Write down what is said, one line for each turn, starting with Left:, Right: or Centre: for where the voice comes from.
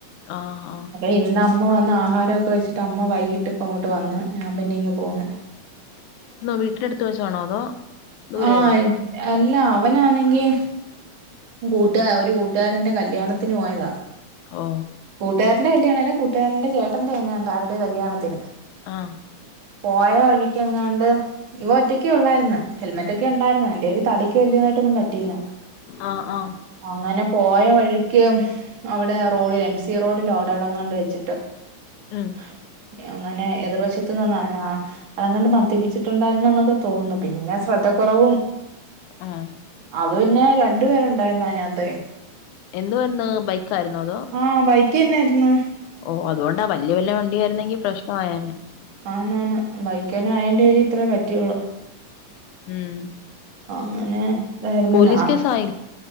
Left: ആഹ ആ
Right: ഇന്നു അമ്മ വന്ന് ആഹാരമൊക്കെ വച്ചട്ട് അമ്മ വൈകിട്ട് ഇപ്പ അങ്ങോട്ട് വന്ന് ഞാൻ പിന്നെ ഇങ് പോന്നു
Left: വീട്ടിലടുത്ത് <unintelligible> ത്ത്. വെച്ചാണോ അതോ ദൂരെയായിരുന്നോ
Right: ആഹ് അല്ല അവനാണെങ്കി കൂട്ടുകാ ഒരു കൂട്ടുകാരൻന്റെ കല്യാണത്തിന് പോയതാ
Left: ഓ
Right: കൂട്ടുകാരന്റെ കല്യാണ അല്ല കൂട്ടുകാരന്റെ ചേട്ടന്റെ എങ്ങാണ്ട് ആരുടെയൊ കല്യാണത്തിന്
Left: ആഹ
Right: പോയ വഴിക്ക് എങ്ങാണ്ട് ഇവ ഒറ്റക്കെ ഉള്ളാരുന്ന് ഹെൽമറ്റക്കെ ഉണ്ടായിരുന്നു എന്റെ ഒരു തലക്ക് വലിയതായിട്ടൊന്നും പറ്റയില്ല
Left: ആഹ ആഹ
Right: അങ്ങനെ പോയ വഴിക്ക് അവിടെ റോഡിൽ എം സി റോഡില അവിട എവിടെങ്ങാണ്ടോ വെച്ചിട്ട്
Left: ഉം
Right: ഉ അങ്ങനെ എതിർവശത്തുന്ന അളങ്ങണ്ട് മദ്യപ്പിച്ചിട്ടുണ്ടായിരുന്ന എന്നൊക്കെ തോന്നുന്നു പിന്നെ ശ്രദ്ധ കുറവും
Left: ആഹ്
Right: അത് പിന്നെ രണ്ടു പേരുണ്ട് ഉണ്ടായിരുന്നു അതിനകത്ത്
Left: എന്ത് വാരുന്ന ബൈക്ക് ആയിരുന്നോ അതോ
Right: ആഹ ബൈക്ക് തന്നായിരുന്നു
Left: ഓ അതുകൊണ്ടാ വല്യ വല്ല വണ്ടിയ ആയിരുന്നെങ്കി പ്രശ്നമായേനെ
Right: ആന്നന്ന് ബൈക്ക തന്നെ അയന്റെേ പേരിൽ ഇത്രേ പറ്റിയുള്ളു
Left: ഉം
Right: അങ്ങനെ ഇതായിരുന്നു
Left: പോലീസ്
Right: ഞാ
Left: കേസായില്ലേ